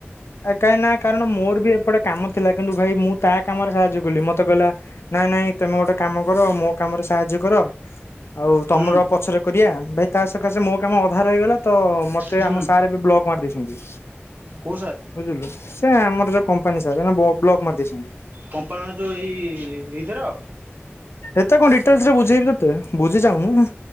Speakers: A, on the left; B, on the right.
A: ଆ କାହିଁ ନା କାରଣ ମୋର ବି ଏପଟେ କାମ ଥିଲା, କିନ୍ତୁ ଭାଇ ମୁଁ ତା କାମରେ ସାହାଯ୍ୟ କଲି ମତେ ମତ କହିଲା ନାଇଁ ନାଇଁ ତମେ ଗୋଟେ କାମ କର ମୋ କାମରେ ସାହାଯ୍ୟ କର। ଆଉ ତମର
B: ହୁଁ
A: ପଛରେ କରିଆ ଭାଇ ତା ସକାଶେ ମୋ କାମ ଅଧା ରହିଗଲା। ତ ମତେ
B: ହୁଁ
A: ଆମ ସାର୍ ଏବେ ବ୍ଲଗ ମାରି ଦେଇଛନ୍ତି।
B: କୋଉ ସାର୍?
A: ବୁଝିଲୁ ସେ ଆମର ଯୋଉ କମ୍ପାନୀ ସାର୍ ବ୍ଲକ ମାରି ଦେଇଛନ୍ତି।
B: କମ୍ପାନୀର ଯୋଉ ଏଇ ଏଇଥର।
A: ଏତେ କଣ ଡିଟେଲସ ରେ ବୁଝେଇବି ତତେ ବୁଝି ଯାଉନୁ।